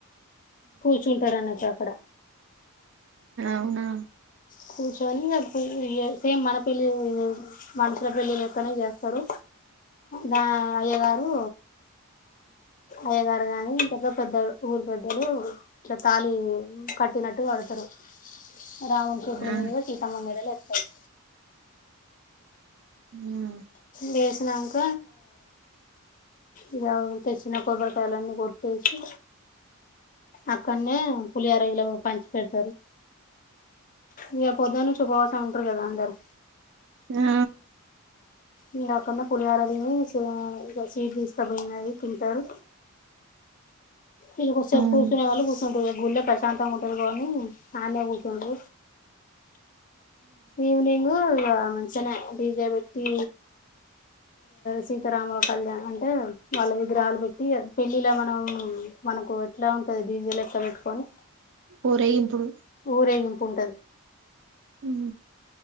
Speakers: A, on the left; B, on the right.
A: కూర్చుంటారూ అన్నట్టు అక్కడ
B: అవునా
A: కూర్చొని సేమ్ మన పెళ్లి మనుషుల పెళ్లి లెక్కనే చేస్తారు దా అయ్య గారు అయ్యగారు గాని పెద్ద పెద్దలు ఊరు పెద్దలు ఇలా తాళి కట్టినట్టు కడతారు రాముని చతుల
B: ఆ
A: మీదగా సీతామ్మ మేడలో ఎస్తారు
B: హ
A: లేసినాంక ఇగ తెచ్చిన కోబరికాయాలన్ని కొట్టేసి అక్కనే పులిహోరా గిల పంచి పెడతారు ఇగ పొద్దనుంచి ఉపవాసం ఉంటారు కదా అందరు
B: ఆ
A: ఇందకనే పులిహోర తిని <unintelligible> ఇంకా స్వీట్ తీసుకపోయినది తింటరు ఇంకా కొద్ది సేపు
B: ఉమ్
A: జూన్ వాళ్ళు కూసు ఇగ గుల్లే ప్రశాంతంగా ఉంటది కాద అని అన్నే కుసుంటా ఈవెనింగ్ మంచిగానే డీజీ పేట్టి సీతారాముల కళ్యాణ్ అంటే వాళ్ళ విగ్రహాలు పెట్టి పెళ్ళిలా మనం మనకు ఎట్లా ఉంటది డీజె లెక్క పెట్టుకొని
B: ఊరేగింపుడు
A: ఊరేగింపు ఉంటది
B: ఉ